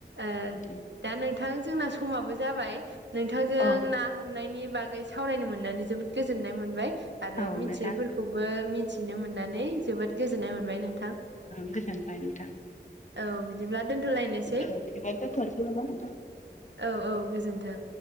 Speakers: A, on the right; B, on the left.
A: ओ
B: नोंथां
A: दा नोंथां जोंना समाबो जाबाय नोंथांजों
B: औ
A: ना हमनायनि बागै सावरायनो मोननानै जोबोद गोजोननाय मोनबाय आरो
B: औ
A: मिथियैफोरखौबो
B: नोंथां
A: मिथ थिनो मोननानै जोबोद गोजोननाय मोनबाय नोंथां।
B: ओं गोजोनबाय नोंथां।
A: औ बिदिब्ला दोनथ'लायनोसै
B: औ ओ बिदिबा दोनथ'नोसै नामा नोंथां?
A: औ औ गोजोनथों।